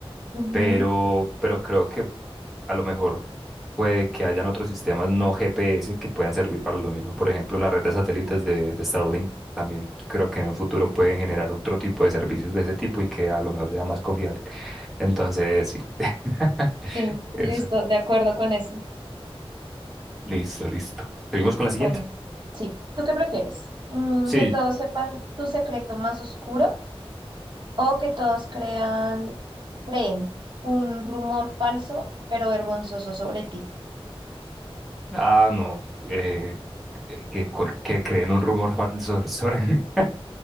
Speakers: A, on the right; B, in the centre.
A: Ujú.
B: pero, pero creo que a lo mejor puede que hayan otros sistemas no GPS que puedan servir para lo mismo. Por ejemplo, la red de satélites de, de Starlink también creo que en el futuro pueden generar otro tipo de servicios de ese tipo y que a lo mejor sea más confiable. Entonces, sí. <laughs>
A: Sí,
B: Es,
A: listo, de acuerdo con eso.
B: listo, listo. Seguimos con
A: Bueno,
B: la siguiente.
A: sí. ¿Tú qué prefieres? Mm,
B: Sí.
A: ¿Que todos sepan tu secreto más oscuro o que todos crean, creen un rumor falso pero vergonzoso sobre ti?
B: Ah, no. eh, eh, que, cual- que creen un rumor falso sobre... <laughs> sobre-